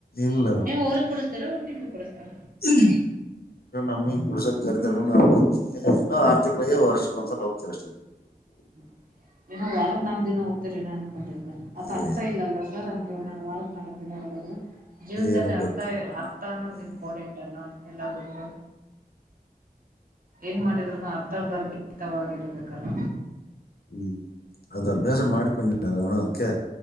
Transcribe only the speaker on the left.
ಇಲ್ಲ
ಹ್ಮ್ ನಮಗ್ ಕುಡಸಕ್ ಕರಿತರ್ ನಾವ ಹೋಗತಿವಿ ಆರತಿಂಗಳಿಗೆ ವರ್ಷಕ್ಕಒಂದಸಲ ಹೋಗ್ತೀವಿ ಅಷ್ಟದೆ
ಏ
ಏನ
ಗೊತ್ತಿಲ್ಲ ಮೇಡಮ್
ಹ್ಮ್ ಅದು ಅಭ್ಯಾಸ ಮಾಡ್ಕೊಂಡಿಲ್ಲಲ್ಲ ನೋಡು ಅದಕ್ಕೆ